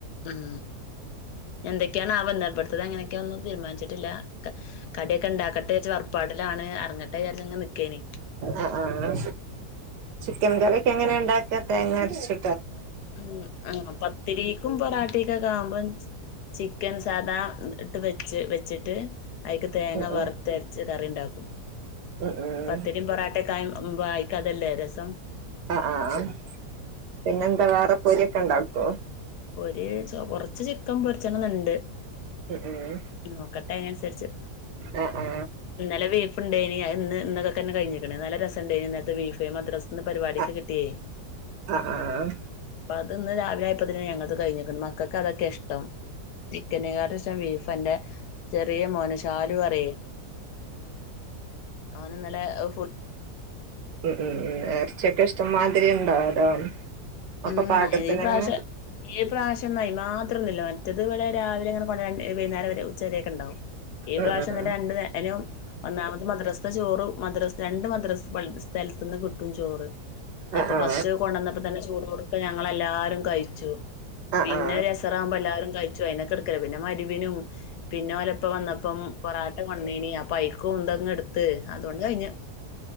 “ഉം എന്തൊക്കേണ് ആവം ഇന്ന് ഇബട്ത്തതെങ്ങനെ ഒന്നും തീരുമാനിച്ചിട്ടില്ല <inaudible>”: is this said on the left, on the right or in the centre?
Left